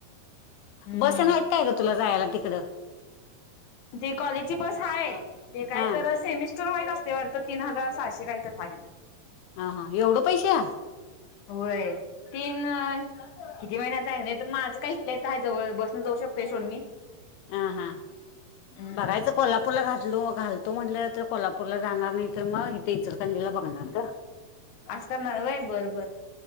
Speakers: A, on the left; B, on the left.
A: हम्म
B: बस तेन आहेत काय गं तुला जायाला तिकडं?
A: ती कॉलेजची बस आहे ते काय
B: हा
A: तरच सेमिस्टर वाईज असतय वाटत तीन हजार सहाशे काय तर हाय
B: हा हा एवढं पैशे?
A: होय तीन किती महिन्याच आहे नाही तर माझं काय इथल्या इथं आहे जवळ बसन जाऊ शकतोय सोड मी
B: हा हा
A: हम्म.
B: बघायचं कोल्हापूरला घातलो घालतो म्हटलं तर कोल्हापूरला जाणार नाही तर मग हीथ इचलकरंजी ला बघणार गं.
A: अस करनार व्हय बर बर